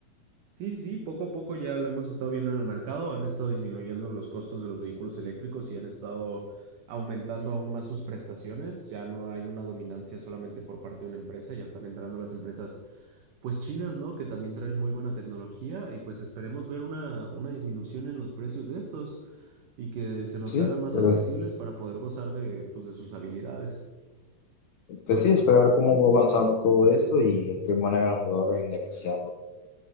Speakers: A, on the right; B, on the left.
A: Sí, sí, sí, poco a poco ya lo hemos estado viendo en el mercado, han estado disminuyendo los costos de los vehículos eléctricos y han estado aumentando aún más sus prestaciones, ya no hay una dominancia solamente por parte de una empresa, ya están entrando las empresas pues chinas, ¿no? Que también traen muy buena tecnología y pues esperemos ver una, una disminución en los precios de estos y que se nos
B: Sí,
A: hagan más
B: pero
A: accesibles
B: es,
A: para poder gozar de pues de sus habilidades.
B: que sí, esperar cómo va avanzando todo esto y en qué manera nos va beneficiando.